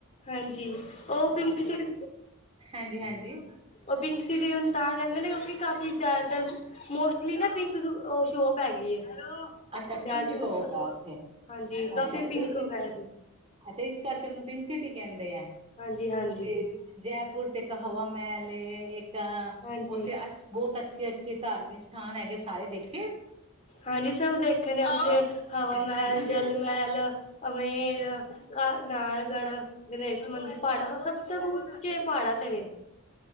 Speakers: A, on the left; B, on the right.
A: ਹਾਂਜੀ, ਔ ਪਿੰਕ ਸਿਟੀ
B: ਹਾਂਜੀ ਹਾਂਜੀ
A: ਔ ਪਿੰਕ ਸਿਟੀ ਉ ਤਾਂ ਰਹਿੰਦੇ ਨੇ ਕਿਉਂਕਿ ਕਾਫ਼ੀ ਜ਼ਿਆਦਾਤਰ ਮੋਸਟਲੀ ਨਾ ਪਿੰਕ ਦੁ ਸ਼ੋਪ ਹੇਗੀ ਏ।
B: ਅੱਛਾ
A: ਜ਼ਿਆਦਾ
B: ਪਿੰਕ ਸ਼ੋਪ
A: ਤਰ,
B: ਹੈ ਉੱਥੇ
A: ਹਾਂਜੀ ਕਾਫੀ
B: ਅੱਛਾ ਇਹ
A: ਪਿੰਕ ਵਗੈਰਾ
B: ਇਸ
A: ਦੀ
B: ਅੱਛਾ, ਇਸ ਕਰਕੇ ਔਨੂੰ ਪਿੰਕ ਸਿਟੀ ਕਹਿੰਦੇ ਏ।
A: ਹਾਂਜੀ ਹਾਂਜੀ
B: ਤੇ ਜੈਪੁਰ ਚ ਇੱਕ ਹਵਾ ਮਹਿਲ ਏ, ਇੱਕ
A: ਹਾਂਜੀ
B: ਔਥੇ ਅ ਬਹੁਤ ਅੱਛੇ-ਅੱਛੇ ਧਾਰਮਿਕ ਸਥਾਨ ਹੈਗੇ। ਸਾਰੇ ਦੇਖ
A: ਹਾਂਜੀ ਸਭ ਦੇਖੇ ਨੇ ਉੱਥੇ ਹਵਾ
B: ਅੱਛਾ
A: ਮਹਿਲ
B: ਕਿੱਦਾਂ
A: ਜਲ
B: ਦੇ ਲੱਗ
A: ਮਹਿਲ ਅਮੇਰ
B: ਅੱਛਾ
A: ਅ ਨਗੜ੍ਹ ਗਣੇਸ਼ ਮੰਦਿਰ ਪਹਾੜਾਂ ਸਭ ਸਮੁੱਚੇ ਪਹਾੜਾਂ ਤੇਵੇਂ